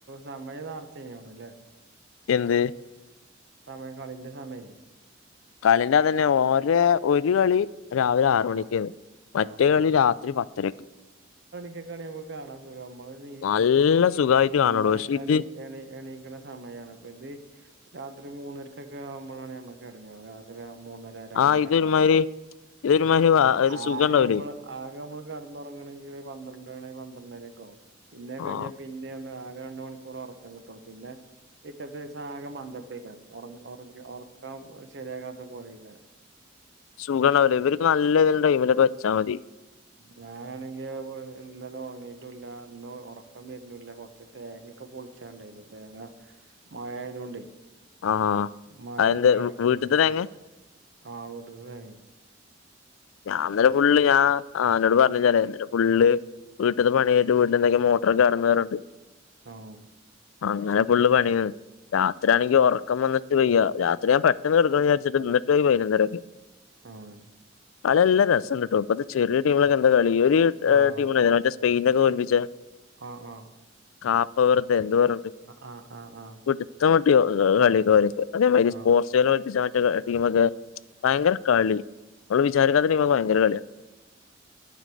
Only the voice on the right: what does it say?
സമയം നാർത്തേന്നുതോണ് നല്ലെ.
സമയക്കളിന്റെ സമയെ.
ആഹ്
ആഹ്
<unintelligible> നമ്മക്ക് കാണാൻ സുഖാ ഞമ്മള് <unintelligible>
നമ്മള്
എണീ എണീ എണീക്ണ സമയാണ് ഇപ്പ ഇത് രാത്രി മൂന്നരക്ക് ക്കാവുമ്പാളാണ് നമ്മക്ക് എടങ്ങേറ് രാത്രി മൂന്നര, രണ്ടര
കാവുമ്പൾ
ആ
ആകെ
അമ്മള് ആകെ അമ്മള് കട്ന്നോറങ്ങണങ്കി പന്ത്രണ്ടണി പന്ത്രണ്ടരക്കെ ആവും പിന്നെ
കഴിഞ്ഞാ പിന്നെ ഒന്ന് ആകെ രണ്ട് മണിക്കൂറ് ഒർക്കം കിട്ടൊള്ളൂ പിന്നെ പിറ്റത്തെ ദിവസം ആകെ മന്ദപ്പേക്കാരം ഒർ ഒർ ഒർക്കം ശരിയാകാത്ത പോലെ യ്ക്കാരം
ഞാനാണെങ്കി ഇന്നലെ ഒർങ്ങിട്ടുല്ല ഇന്ന് ഒർക്കം വെര്നൂല്ല കോർച്ച് തേങ്ങൊക്കെ പൊൾ ച്ചാണ്ടായ്ന്നു തേങ്ങ മഴ ആയതുകൊണ്ടെ
മഴെണ്ട്
കെടക്കെനി
<unintelligible>
ആഹ്
ആഹ്
ആഹ്
ആഹ് ആഹ്
ആഹ് ആഹ് ആഹ്
ആഹ്